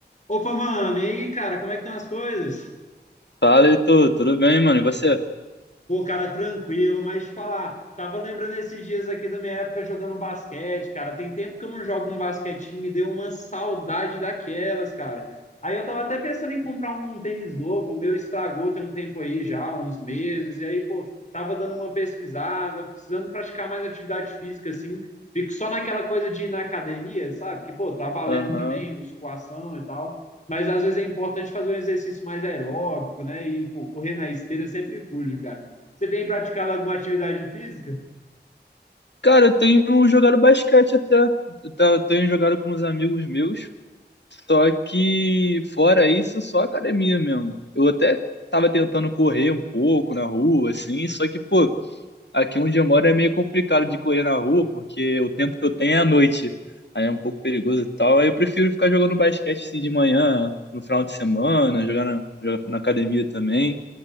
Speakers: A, on the left; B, on the left.
A: Opa, mano, e aí, cara, como é que estão as coisas?
B: Fala, Heitor, tudo bem, mano? E você?
A: Pô, cara, tranquilo, mas te falar, tava lembrando esses dias aqui da minha época jogando basquete, cara. Tem tempo que eu não jogo um basquetinho, me deu uma saudade daquelas, cara. Aí eu tava até pensando em comprar um tênis novo, o meu estragou tem um tempo aí já, uns meses, e aí, pô, tava dando uma pesquisada, precisando praticar mais atividade física, assim. Fico só naquela coisa de ir na academia, sabe? Que, pô, tá valendo
B: Aham.
A: também, musculação e tal. Mas às vezes é importante fazer um exercício mais aeróbico, né? E, pô, correr na esteira eu sempre fujo, cara. Você tem praticado alguma atividade física?
B: Cara, eu tenho jogado basquete até. Tá, Eu tenho jogado com uns amigos meus. Só que, fora isso, só academia mesmo. Eu até tava tentando correr um pouco na rua, assim. Só que, pô, aqui onde eu moro é meio complicado de correr na rua, porque o tempo que eu tenho é à noite. Aí é um pouco perigoso e tal. Aí eu prefiro ficar jogando basquete assim, de manhã, no final de semana, jogar na, jogar na academia também.